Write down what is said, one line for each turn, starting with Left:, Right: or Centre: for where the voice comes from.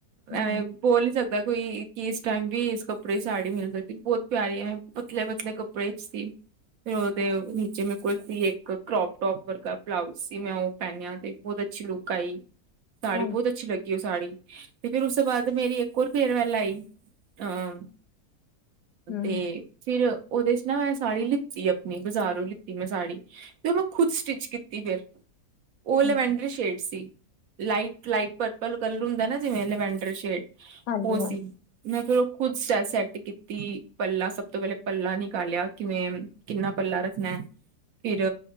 Left: ਹੂੰ
Right: ਐਵੇਂ ਬੋਲ ਨੀ ਸਕਦਾ ਕੋਈ ਕਿ ਇਸ ਟਾਈਮ ਵੀ ਇਸ ਕੱਪੜੇ ਦੀ ਸਾੜੀ ਮਿਲ ਸਕਦੀ ਏ, ਬਹੁਤ ਪਿਆਰੀ ਏ। ਪਤਲੇ, ਪਤਲੇ ਕੱਪੜੇ ਚ ਸੀ। ਫ ਓਦੇ ਨੀਚੇ ਮੇਰੇ ਕੋਲ ਸੀ ਇੱਕ ਕਰੋਪ ਟੋਪ ਵਰਗਾ ਬਲਾਊਸ ਸੀ, ਮੈਂ ਓ ਪੈਨੇਆ ਤੇ ਓਦੇ ਅੱਛੀ ਲੁਕ ਆਈ, ਸਾੜੀ
Left: ਹੂੰ
Right: ਬੋਤ ਅੱਛੀ ਲੱਗੀ ਓ ਸਾੜੀ ਤੇ ਫਿਰ ਉਸ ਤੋਂ ਬਾਦ ਮੇਰੀ ਇੱਕ ਹੋਰ ਫੇਅਰਵੈਲ ਆਈ, ਤਾਂ,
Left: ਹੂੰ
Right: ਤੇ ਫਿਰ ਓਦੇ ਚ ਨਾ ਮੈਂ ਸਾੜੀ ਲਿੱਤੀ ਆਪਣੀ, ਬਜ਼ਾਰੋਂ ਲਿੱਤੀ ਮੈਂ ਸਾੜੀ। ਤੇ ਓ ਮੈਂ ਖੁਦ ਸਟਿਚ ਕੀਤੀ ਫਿਰ, ਓ ਲੈਵੈਂਡਰੀ
Left: ਹਾਂ
Right: ਸ਼ੇਡ ਸੀ ਲਾਈਟ-ਲਾਈਟ। ਪਰਪਲ ਕਲਰ ਹੁੰਦਾ ਨਾ ਜਿਵੇਂ ਲੈਵੈਂਡਰ ਸ਼ੇਡ,
Left: ਹਾਂਜੀ
Right: ਓ ਸੀ।
Left: ਹਾਂਜੀ
Right: ਮੈਂ ਫਿਰ ਓ ਖੁਦ ਸ ਸੈਟ ਕੀਤੀ। ਪੱਲਾ ਸਭ ਤੋਂ ਪੈਲੇ ਪੱਲਾ ਨਿਕਾਲਿਆ ਕਿਵੇਂ ਕਿੰਨਾ ਪਲਾ ਰੱਖਨਾ, ਫਿਰ